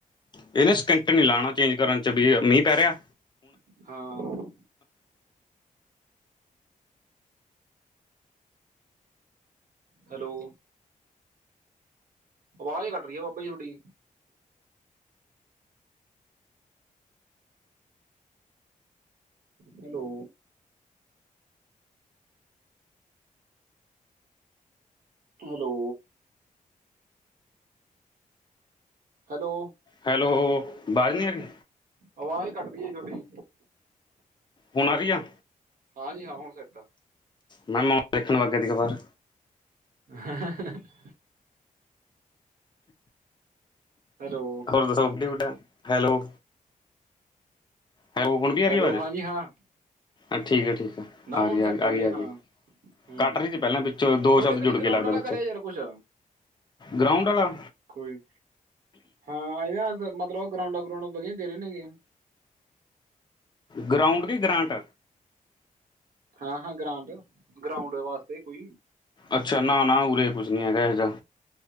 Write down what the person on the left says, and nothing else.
ਇਹਨੇ ਸਕਿੰਟ ਨੀ ਲਾਉਣਾ ਚੇਂਜ ਕਰਨ ਚ ਵੀ ਅ ਮੀਂਹ ਪੈ ਰਿਆ।
ਹੈਲੋ, ਬਾਜ ਨੀ ਆ ਰੀ।
ਹੋਣਾ ਆ ਰਹੀ ਹੈ
ਮੈ ਉਹ ਪਿੱਠ ਲਿਖਣ ਵੱਗ ਦੀ ਕਬਾਰ
ਹੋਰ ਕਿਊਟ ਹੈਲੋ ਹੈ ਹੁਣ ਵੀ ਆ ਰੀ
ਆਵਾਜ਼,
ਅ ਠੀਕ ਐ, ਠੀਕ ਐ
ਆਰੀ-ਆਰੀ,
ਆਗੀ-ਆਗੀ
ਏ।
ਕੱਟ ਰਈ ਸੀ ਪਹਿਲਾਂ ਵਿੱਚੋਂ ਦੋ
ਸ਼ਬਦ
ਜੁੜ
ਕੇ ਲੱਗਦੇ
ਵਿੱਚੋਂ
ਗਰਾਊਂਡ ਆਲਾ
ਗਰਾਊਂਡ ਦੀ ਗਰਾਂਟ
ਅੱਛਾ, ਨਾ-ਨਾ ਉਰੇ ਕੁਛ ਨਈ ਹੈਗਾ ਇਹ ਜਾ।